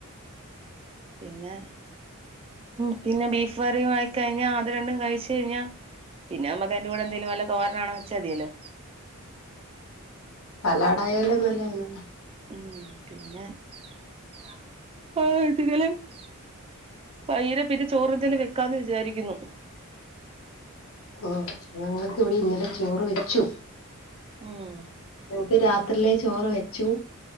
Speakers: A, on the right; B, on the left.
A: പിന്നെ ഉം പിന്നെ ബീഫ് കറിയും ആയി കഴിഞ്ഞാ അത് രണ്ടും കഴിച്ച് കഴിഞ്ഞാ പിന്നെ നമ്മക്ക് അതിന്റെ കൂടെ എന്തേലും വല്ല തോരന് എങ്ങാനും വെച്ചാ മതിയല്ലോ
B: സലാടായാലും
A: പിന്നെ
B: നല്ലതാണല്ലോ
A: ഉം പിന്നെ <unintelligible> വൈകിട്ട് പിന്നെ ചോറെന്തേലും വെക്കാന്ന് വിചാരിക്കുന്നു
B: ആഹ് ഞങ്ങൾക്ക് ഇവിടെ ഇന്നലെ ചോറ് വെച്ചു
A: ഉം
B: ഞങ്ങക്ക് രാത്രിയിലെ ചോറ് വെച്ചു